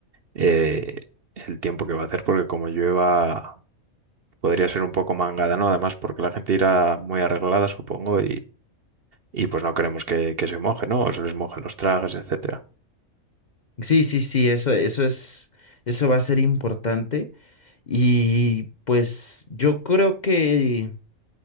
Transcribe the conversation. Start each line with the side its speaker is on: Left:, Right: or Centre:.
Right: eh, el tiempo que va a hacer, porque como llueva podría ser un poco mangada, ¿no? Además, porque la gente irá muy arreglada, supongo, y pues no queremos que, que se moje, ¿no? O se les mojen los trajes, etcétera.
Left: Sí, sí, sí, eso, eso es, eso va a ser importante. Y pues yo creo que,